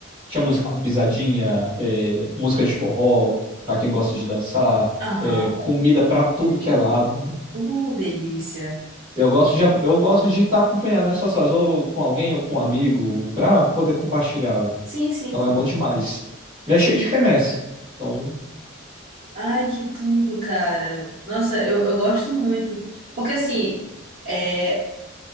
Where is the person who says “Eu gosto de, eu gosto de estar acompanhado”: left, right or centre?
Right